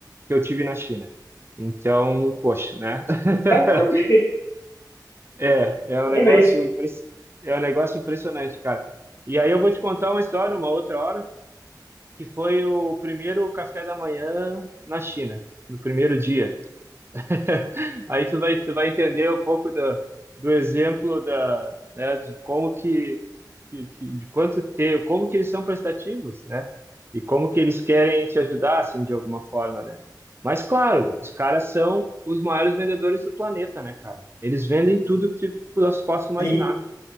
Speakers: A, on the right; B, on the left.
A: que eu tive na China. Então, poxa, né? <laughs>
B: caraca, surpreendente,
A: É, é
B: surpreendente.
A: um negócio impres- é um negócio impressionante, cara. E aí eu vou te contar uma história, uma outra hora, que foi o primeiro café da manhã na China, no primeiro dia. <laughs> Aí tu vai, tu vai entender um pouco do, do exemplo da, né, de como que, que, que- de quanto ter, como que eles são prestativos, né? E como que eles querem te ajudar, assim, de alguma forma, né? Mas, claro, os caras são os maiores vendedores do planeta, né, cara? Eles vendem tudo que tu nós possa imaginar.
B: Sim,